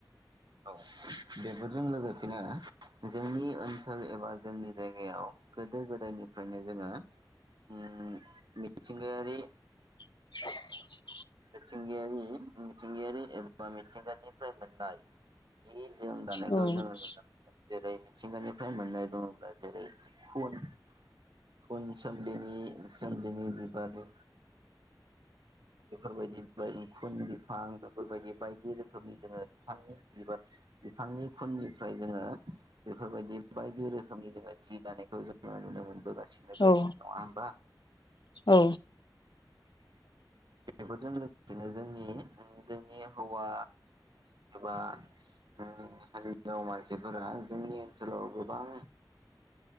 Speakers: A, on the right; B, on the left.
A: औ बेफोरजों लोगोसेनो जोंनि ओनसोल एबा जोंनि जायगायाव गोदो गोदायनि फ्रायनो जोङो उम मिथिंगायारि
B: <inaudible>
A: मिथिंगायारि मिथिंगायारि एबा मिथिंगानिफ्राय मोननाय जि जोम दानायखौ
B: औ
A: जोङो नुनो मोनदों। जेरै मिथिंगानिफ्राय मोननाय बुङोब्ला जेरै खुन खुन सोमलिनि सोमलिनि बि मानि <unintelligible> बेफोरबायदि खुन बिफां बेफोरबायदि बायदि रोखोमनि जोङो बिफांनि बिबार बिफांनि खुननि ओमफ्राय जोङो बेफोरबायदि बायदि रोखोमनि जोङो जि दानायखौ जोङो नुनो मोनबोगासिनो दङ
B: औ
A: नङा होमबा।
B: औ
A: बेफोरजों लोगोसेनो जों नि जोंनि हौवा एबा ओ हिन्जाव मानसिफोरा जोंनि ओनसोलाव गोबां